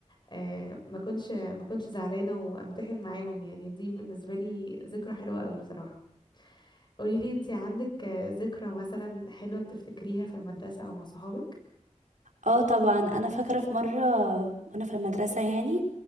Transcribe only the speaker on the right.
اه طبعا انا فاكرة في مرة وانا في المدرسة يعني